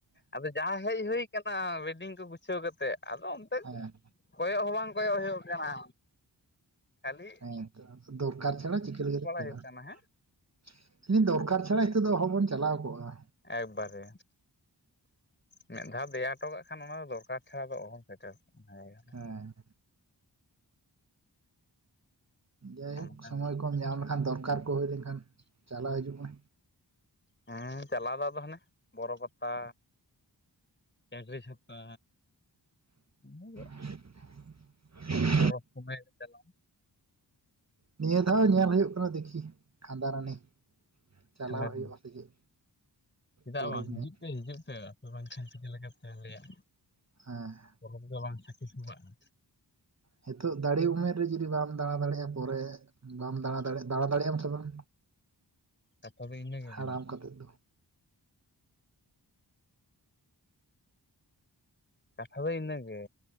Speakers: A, on the left; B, on the right.
A: ᱟᱫᱚ ᱡᱟᱦᱟᱸ ᱦᱮᱡ ᱦᱳᱭ ᱠᱟᱱᱟ, ᱵᱮᱰᱤᱝ ᱠᱚ ᱜᱩᱪᱷᱟᱹᱣ ᱠᱟᱛᱮᱫ ᱟᱫᱚ ᱚᱱ
B: ᱦᱮᱸ,
A: ᱠᱚᱭᱚᱜ ᱦᱚᱸ ᱵᱟᱝ ᱠᱚᱭᱚᱜ ᱦᱳᱭᱳᱜ ᱠᱟᱱᱟ᱾ ᱠᱷᱟᱞᱤ,
B: ᱦᱮᱸ ᱛᱚ, ᱫᱚᱨᱠᱟᱨ ᱪᱷᱟᱲᱟ ᱪᱤᱠᱟᱹᱞᱮᱠᱟᱛᱮᱢ ᱪᱟᱞᱟᱜ-ᱟ᱾
A: ᱦᱩᱭᱩᱜ
B: ᱞᱟᱹᱭᱫᱟᱹᱧ
A: ᱠᱟᱱᱟ ᱦᱮᱸ
B: ᱫᱚᱨᱠᱟᱨ ᱪᱷᱟᱲᱟ, ᱦᱤᱛᱚᱜ ᱫᱚ ᱚᱦᱚ ᱵᱚᱱ ᱪᱟᱞᱟᱣ ᱠᱚᱜᱼᱟ᱾
A: ᱮᱠᱵᱟᱨᱮ, ᱢᱤᱫ ᱫᱷᱟᱣ ᱫᱮᱭᱟ ᱦᱚᱴᱚ ᱠᱟᱜ ᱠᱷᱟᱱ, ᱚᱱᱟ ᱫᱚ ᱫᱚᱨᱠᱟᱨ ᱪᱷᱟᱲᱟ ᱫᱚ ᱚᱦᱚᱢ ᱥᱮᱴᱮᱨ ᱠᱚᱜᱼᱟ ᱾
B: ᱦᱮᱸ, ᱡᱟᱭᱦᱳᱠ
A: ᱚᱱᱠᱟ
B: ᱥᱚᱢᱚᱭ ᱠᱚᱢ ᱧᱟᱢ ᱞᱮᱠᱷᱟᱱ, ᱫᱚᱨᱠᱟᱨ ᱠᱚ ᱦᱳᱭ ᱞᱮᱱᱠᱷᱟᱱ, ᱪᱟᱞᱟᱣ ᱦᱤᱡᱩᱜ ᱢᱮ᱾
A: ᱦᱮᱸ ᱪᱟᱞᱟᱣ ᱫᱚ ᱟᱫᱚ ᱦᱟᱱᱮ, ᱵᱚᱨᱚ ᱯᱟᱛ ᱛᱟ, ᱪᱟᱱᱰᱨᱤ ᱪᱷᱟᱛᱟ, ᱤᱱᱟᱹᱜᱮ
B: <inaudible> <inaudible>
A: ᱯᱚᱨᱚᱵ ᱢᱩᱱᱟᱹᱭ ᱨᱮ ᱪᱟᱞᱟᱣ
B: ᱱᱤᱭᱟᱹ ᱫᱷᱟᱣ ᱧᱮᱞ ᱦᱳᱭᱳᱜ ᱠᱟᱱᱟ, ᱫᱮᱠᱷᱤ ᱠᱷᱟᱸᱫᱟ ᱨᱟᱱᱤ,
A: ᱪᱟᱞᱟᱜ
B: ᱪᱟᱞᱟᱣ ᱦᱳᱭᱳᱜᱼᱟ ᱥᱮ ᱪᱮᱫ?
A: ᱪᱮᱫᱟᱜ
B: ᱯᱚᱨᱚᱵᱽ
A: ᱵᱟᱝ, ᱦᱤᱡᱩᱜ
B: ᱧᱚᱜ
A: ᱯᱮ, ᱦᱤᱡᱩᱜ ᱯᱮ, ᱟᱯᱮ ᱵᱟᱝᱠᱷᱟᱱ ᱪᱤᱠᱟᱹ ᱞᱮᱠᱟ ᱛᱮ ᱟᱞᱮᱭᱟᱜ
B: ᱦᱮᱸ,
A: ᱯᱚᱨᱚᱵᱽ ᱜᱮ ᱵᱟᱝ, ᱥᱟᱹᱠᱷᱤ ᱥᱵᱟᱜᱼᱟ᱾
B: ᱦᱮᱛᱳᱜ ᱫᱟᱲᱮ ᱩᱢᱮᱨ ᱨᱮ ᱡᱩᱫᱤ ᱵᱟᱢ ᱫᱟᱬᱟ ᱫᱟᱲᱮᱜᱼᱟ, ᱯᱚᱨᱮ ᱵᱟᱢ ᱫᱟᱬᱟ ᱫᱟᱲᱮᱜᱼᱟ ᱫᱟᱬᱟ ᱫᱟᱲᱮᱜᱼᱟᱢ ᱥᱮ ᱵᱟᱝ?
A: ᱠᱟᱛᱷᱟ ᱫᱚ ᱤᱱᱟᱹ ᱜᱮ
B: ᱦᱟᱲᱟᱢ
A: ᱠᱟᱱᱟ᱾
B: ᱠᱟᱛᱮᱫ ᱫᱚ
A: ᱠᱟᱛᱷᱟ ᱫᱚ ᱤᱱᱟᱹᱜᱮ᱾